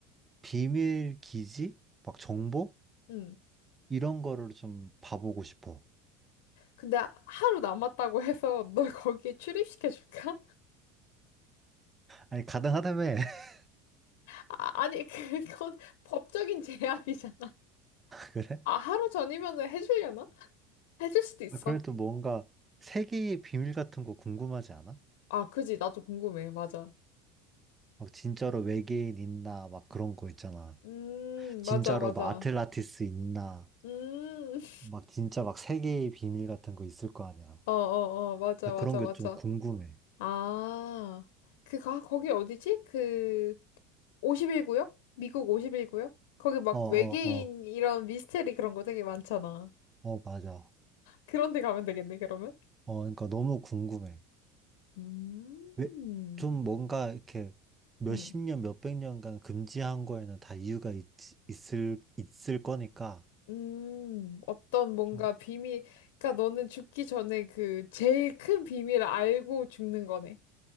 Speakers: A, on the right; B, on the left.
A: 비밀 기지? 막 정보?
B: 응.
A: 이런 거를 좀 봐보고 싶어.
B: 근데 하루 남았다고 해서 <laughs> 널 거기에 출입시켜줄까?
A: 아니, 가능하다며. <laughs>
B: 아, 아니, <laughs> 그건 법적인 제약이잖아.
A: 그래?
B: 아, 하루 전이면은 해주려나? 해줄 수도 있어.
A: 아, 그래도 뭔가 세계의 비밀 같은 거 궁금하지 않아?
B: 아, 그지. 나도 궁금해. 맞아.
A: 막 진짜로 외계인 있나? 막 그런 거 있잖아.
B: 음,
A: 진짜로
B: 맞아, 맞아.
A: 뭐 아틀란티스 있나?
B: 음, <laughs>
A: 막 진짜 막 세계의 비밀 같은 거 있을 거 아니야.
B: 어, 어, 어, 맞아,
A: 나 그런
B: 맞아,
A: 게
B: 맞아.
A: 좀 궁금해.
B: 아, 그, 가, 거기 어디지? 그, 5일구역 미국 5일구역 거기 막
A: 어, 어,
B: 외계인
A: 어,
B: 이런 미스테리 그런 거 되게 많잖아.
A: 어, 맞아.
B: 그런 데 가면 되겠네, 그러면?
A: 어, 그러니까 너무 궁금해.
B: 음,
A: 왜, 좀 뭔가 이렇게 몇
B: 음,
A: 십 년, 몇 백 년간 금지한 거에는 다 이유가 있, 있을, 있을 거니까,
B: 음, 어떤 뭔가
A: 좀,
B: 비밀, 그러니까 너는 죽기 전에 그 제일 큰 비밀을 알고 죽는 거네.